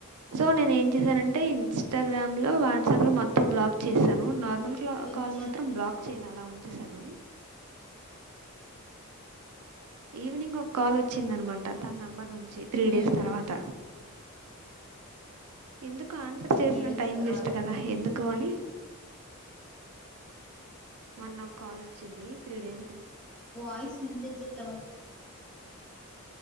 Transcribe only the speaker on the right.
సో నేను ఏం చేశానంటే ఇన్స్టాగ్రామ్ లో వాట్సాప్ లో మొత్తం బ్లాగ్ చేసాను నా ల్్
కాల్ మాత్రం బ్లాక్ చేయాల అలా ఉంచసాను ఈవినింగ్ ఒక కాల్ వచ్చింద అనమాట తన నెంబర్ నుంచి త్రీ
డేస్ తర్వాత ఎందుకు ఆన్సర్ చేసిన
టైం
వేస్ట్ కదా ఎందుకు అని మన్ ఒక కాల్ వచ్చింది త్రీ డేస్